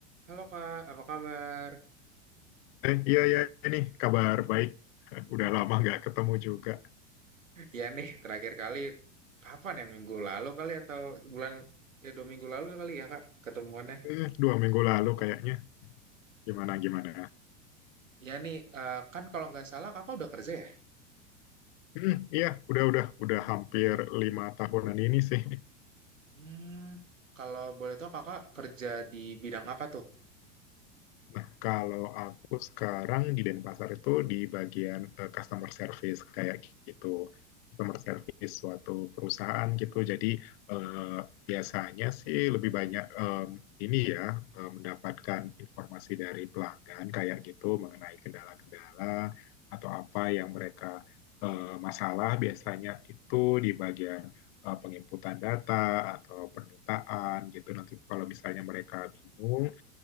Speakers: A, on the right; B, on the left.
A: Halo Kak, apa kabar?
B: Eh, iya, iya, ini kabar baik. <laughs> Udah lama nggak ketemu juga.
A: Ya nih, terakhir kali kapan ya? Minggu lalu kali atau bulan ya dua minggu lalu kali ya Kak ketemuannya.
B: Eh, dua minggu lalu kayaknya. Gimana, gimana?
A: Ya nih, eh, kan kalau nggak salah Kakak udah kerja ya?
B: Hmm, iya, udah, udah, udah hampir lima tahunan ini sih.
A: Hmm, kalau boleh tahu Kakak kerja di bidang apa tuh?
B: Nah, kalau aku sekarang di Denpasar itu di bagian eh, customer service kayak gitu. Customer service suatu perusahaan gitu. Jadi eh, biasanya sih lebih banyak em, ini ya eh, mendapatkan informasi dari pelanggan kayak gitu mengenai kendala-kendala atau apa yang mereka eh, masalah biasanya itu di bagian eh, penginputan data atau permintaan gitu. Nanti kalau misalnya mereka bingung